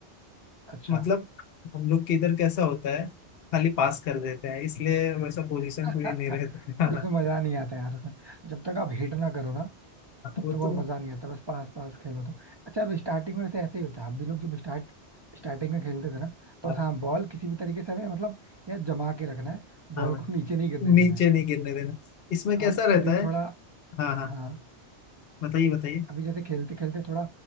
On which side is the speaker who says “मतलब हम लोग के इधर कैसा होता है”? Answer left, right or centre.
Left